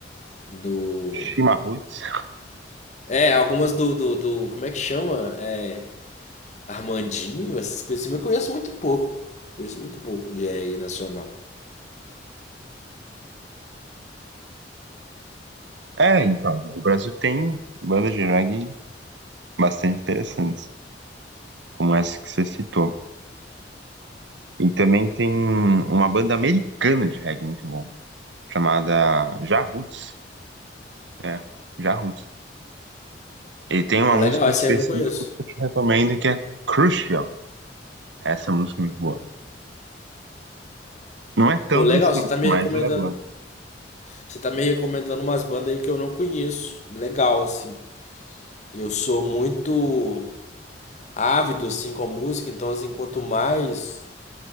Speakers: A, on the left; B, on the right.
A: do
B: Chimarruts.
A: É, algumas do, do, do como é que chama? É Armandinho, essas coisas assim, mas eu conheço muito pouco. Conheço muito pouco de reggae nacional.
B: É, então, o Brasil tem bandas de reggae bastante interessantes, como essa que você citou. E também tem uma banda americana de reggae muito bom, chamada Jarruts. É, Jarruts. E tem uma
A: Pô, Legal,
B: música em
A: essa
B: específico
A: aí eu não conheço.
B: que eu te recomendo que é Crucial. Essa música é muito boa. Não é tão
A: Pô, legal,
B: dançante,
A: você tá me
B: mas
A: recomendando.
B: ela é boa.
A: Você tá me recomendando umas bandas aí que eu não conheço. Legal, assim. Eu sou muito ávido, assim, com a música, então, assim, quanto mais